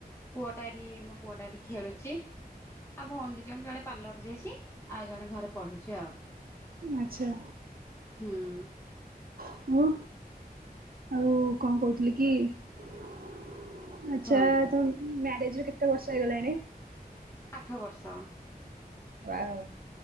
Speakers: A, on the left; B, on the right.
A: ପୁଅଟା ଏଠି ମୋ ପୁଅଟା ଏଠି ଖେଳୁଚି। ଆଉ ଭଉଣୀ ଦୁଇ ଜଣ ଜଣେ ପାର୍ଲରରେ ଯାଇଚି ଆଉ ଜଣେ ଘରେ ପଢୁଚି ଆଉ।
B: ଆଚ୍ଛା।
A: ହୁଁ।
B: ଆଉ? ଉ କଣ କହୁଥିଲି କି ଆଚ୍ଛା
A: କୁହନ୍ତୁ?
B: ତ ମ୍ୟାରେଜର କେତେ ବର୍ଷ ହେଇଗଲାଣି?
A: ଆଠ ବର୍ଷ।
B: ୱାଓ